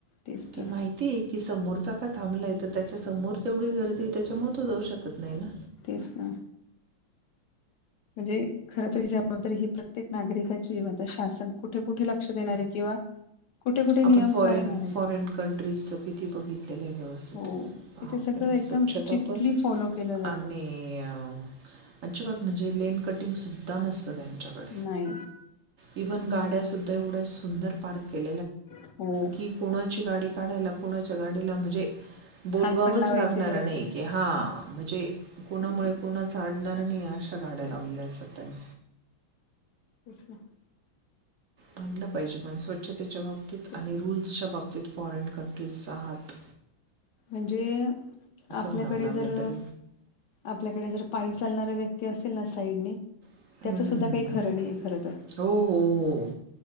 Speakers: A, on the left; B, on the right.
A: तेच
B: कि
A: तर
B: माहितीय कि समोरचा का थांबलाय तर त्याच्या समोर तेवढी गर्दी त्याच्याम जाऊ शकत नाही ना
A: तेच ना म्हणजे खरंतरी ही जबाबदारी ही प्रत्येक नागरिकाची म शासन कुठे कुठे लक्ष देणारे किंवा कुठे-कुठे नियम
B: आपण फॉरेन
A: करणार आहे.
B: फॉरेन कंट्रीज च किती बघितलेलं आहे व्यवस्थित
A: हो. तिथे सगळं
B: पण हे
A: एकदम
B: स्वच्छता
A: स्ट्रिक्टली
B: पण
A: फॉलो केलं जातं.
B: आणि अजिबात म्हणजे ले किंग सुा नत त्यांच्याक
A: नाही.
B: इव्ह गाड सु एवढंच सुंदर पार्क केलं
A: हो.
B: कि कोणाची गाडी काढायला कोणाच्या गाडीला म्हणजे बोलवावंच
A: हात पण लावायची
B: लागणार
A: गरज
B: नाही की हा म्हणजे कोणामुळे
A: हं, हं.
B: कोणाचडणार नाही अशा काडं लावले
A: तेच
B: असात त्यांनी
A: तच ना
B: मालं पाहिजे पण स्वच्छतेच्या बाबतीत
A: तेच.
B: आणि रूल्सच्या बाबतीत क फॉरेन कंट्रीज आहात
A: म्हणजे आपल्याकडे
B: म्हणावं लागलं
A: जर
B: तरी
A: आपल्याकडे जर पासे चालणारा व्यक्ती असेल ना साईडने
B: हम्म,
A: त्याचं
B: हम्म,
A: सुद्धा काही
B: हम्म.
A: खरं नाही आहे खरं तर
B: हो हो हो